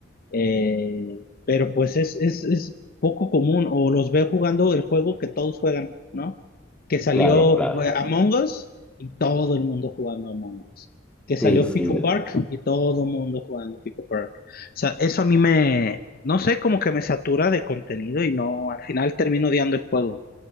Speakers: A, on the left; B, in the centre.
A: Eh, pero pues es, es, es poco común, o los veo jugando el juego que todos juegan, ¿no? Que salió
B: claro, claro,
A: eh, Among Us y todo el mundo jugando Among Us. Que salió
B: sí, sí.
A: Pico Park y todo el mundo jugando Pico Park. O sea, eso a mí me, no sé, como que me satura de contenido y no, al final termino odiando el juego.